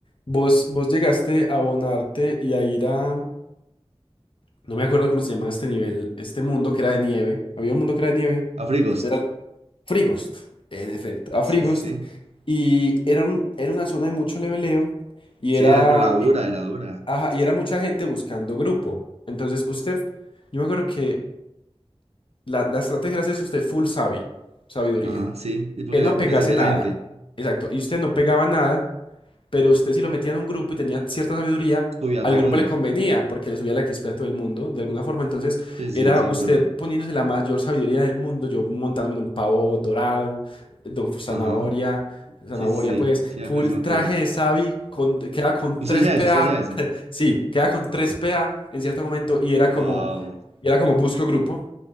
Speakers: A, on the left; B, on the right.
A: vos, vos llegaste a abonarte y a ir a... No me acuerdo cómo se llama este nivel, este mundo que era de nieve. Había un mundo que era de nieve,
B: a Frigost,
A: que era Frigost, en efecto, a
B: sí,
A: Frigost.
B: sí, sí,
A: Y era, un, era una zona de mucho leveleo y
B: sí,
A: era,
B: ay, pero era dura,
A: y-
B: era dura,
A: ajá, y era mucha gente buscando grupo. Entonces usted, yo me acuerdo que La, la estrategia era hacerse usted full sabi, sabiduría.
B: ajá, sí, y porque,
A: Que no
B: porque
A: pegase
B: le servía
A: nada.
B: a la gente,
A: Exacto. Y usted no pegaba nada, pero usted si lo metía en un grupo y tenía cierta sabiduría,
B: subía
A: al
B: a todo
A: grupo
B: mundo,
A: le convenía porque le subía la XP a todo el mundo, de alguna forma. Entonces
B: sí, sí,
A: era
B: sí, sí me
A: usted
B: acuerdo,
A: poniéndose la mayor sabiduría del mundo, yo montándome en un pavo dorado, do- zanahoria,
B: ajá,
A: zanahoria
B: sí, sí, sí,
A: pues,
B: sí me
A: full
B: acuerdo, sí me acuerdo.
A: traje de sabi, con, queda con
B: ¿Usted
A: 3
B: hacía
A: PA,
B: eso? ¿Usted hacía eso?
A: sí, queda con 3 PA en cierto momento y era
B: Wow.
A: como, y era como busco grupo